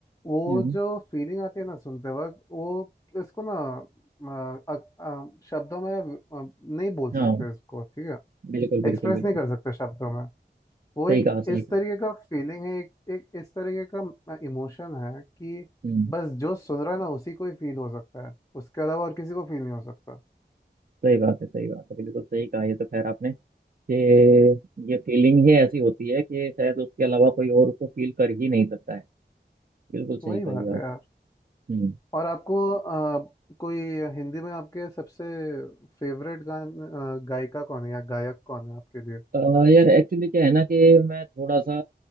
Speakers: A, on the left; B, on the right.
A: वो
B: हम्म
A: जो फीलिंग आती है ना सुनते वक्त वो इसको ना अ, अ, अ, शब्दों में अ, नहीं बोल
B: हाँ
A: सकते इसको ठीक है
B: बिल्कुल बिल्कुल
A: एक्सप्रेस
B: बिल्कुल
A: नहीं कर सकते शब्दों में वो
B: सही
A: एक
B: कहा सही
A: इस
B: कहा
A: तरीके का फीलिंग है एक, एक इस तरीके का इमोशन है कि
B: हम्म
A: बस जो सुन रहा है ना उसी को ही फील हो सकता है उसके अलावा और किसी को फील नहीं हो सकता
B: सही बात है सही बात है बिल्कुल सही कहा ये तो खैर आपने कि ये फीलिंग ही ऐसी होती है कि शायद उसके अलावा कोई और उसको फील कर ही नहीं सकता है बिल्कुल सही
A: वही
B: कहा
A: बात
B: ये
A: है
B: आप
A: यार
B: हम्म
A: और आपको अ, कोई हिंदी में आपके सबसे फेवरेट गान अ, गायिका कौन है या गायक कौन है आपके लिए
B: अ, यार एक्चुअली क्या है ना कि मैं थोड़ा सा